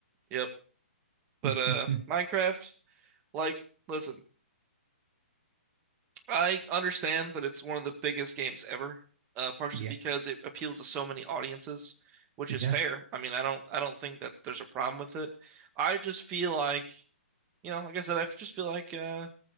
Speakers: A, on the right; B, on the right.
A: Yep. But
B: <laughs>
A: uh, Minecraft, like, listen. I understand that it's one of the biggest games ever, uh, partially
B: Yeah,
A: because it appeals to so many audiences, which
B: yeah.
A: is fair. I mean, I don't, I don't think that there's a problem with it. I just feel like, you know, like I said, I just feel like uh,